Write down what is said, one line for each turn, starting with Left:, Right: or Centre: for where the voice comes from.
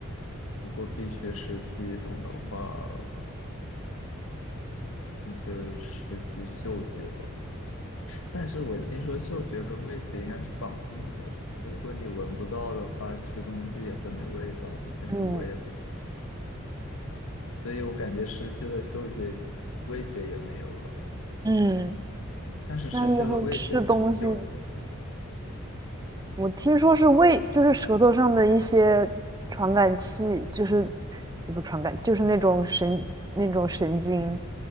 Left: 如果必须失去一种的话，那就失去嗅觉吧。但是我听说嗅觉跟味觉应该是绑定的，如果你闻不到的话，吃东西也会没味道。但是我也，
Right: 嗯
Left: 所以我感觉失去了嗅觉，味觉也没有了。
Right: 嗯，
Left: 但是失去了味觉还有嗅觉吗
Right: 那以后吃东西我听说是胃，就是舌头上的一些传感器，就是也不传感，就是那种神那种神经